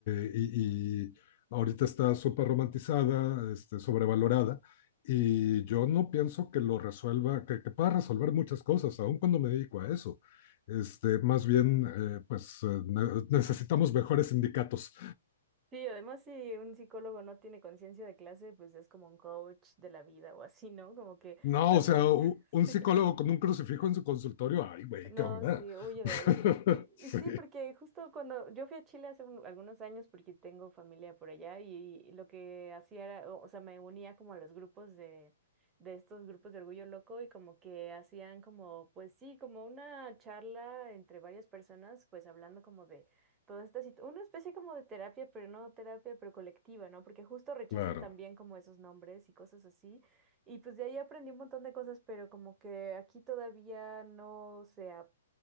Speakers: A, on the left; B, on the right.
A: eh, y, y ahorita está súper romantizada, este, sobrevalorada, y yo no pienso que lo resuelva, que, que pueda resolver muchas cosas, aun cuando me dedico a eso. Este, más bien, eh, pues eh, ne- necesitamos mejores sindicatos.
B: Sí, además si un psicólogo no tiene conciencia de clase, pues es como un coach de la vida o así, ¿no? Como que
A: No,
B: también,
A: o sea, u-
B: <laughs>
A: un
B: sí,
A: psicólogo con un crucifijo en su consultorio, ay, güey,
B: No,
A: ¿qué onda?
B: sí, huye
A: <laughs>
B: de ahí. Y,
A: Sí,
B: y sí, porque justo cuando yo fui a Chile hace un- algunos años, porque tengo familia por allá, y, lo que hacía era, o, o sea, me unía como a los grupos de, de estos grupos de orgullo loco y como que hacían como, pues sí, como una charla entre varias personas, pues hablando como de toda esta situación, una especie como de terapia, pero no terapia, pero colectiva, ¿no? Porque justo rechazan
A: claro.
B: también como esos nombres y cosas así. Y pues de ahí aprendí un montón de cosas, pero como que aquí todavía no se, ap-